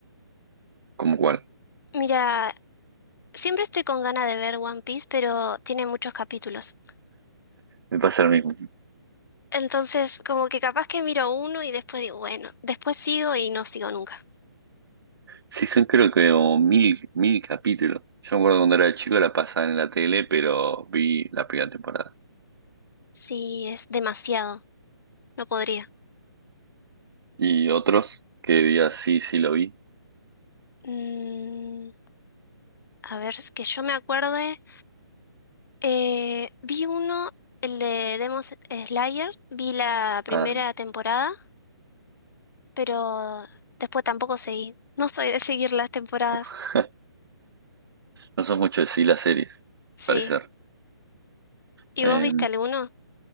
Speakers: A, on the right; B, on the left.
A: como cuál.
B: Mira, Siempre estoy con ganas de ver One Piece, pero tiene muchos capítulos.
A: Me pasa lo mismo.
B: Entonces, como que capaz que miro uno y después digo, bueno, después sigo y no sigo nunca.
A: Sí, son creo que como mil, mil capítulos. Yo me acuerdo cuando era chico la pasaban en la tele, pero vi la primera temporada.
B: Sí, es demasiado, no podría.
A: Y otros que digas sí, sí lo vi.
B: Mm, a ver, es que yo me acuerde, eh, vi uno, el de Demon Slayer, vi la primera
A: Ah.
B: temporada, pero después tampoco seguí. No soy de seguir las temporadas.
A: <laughs> No sos mucho de sí las series,
B: Sí.
A: al parecer.
B: ¿Y
A: Eh,
B: vos viste alguno?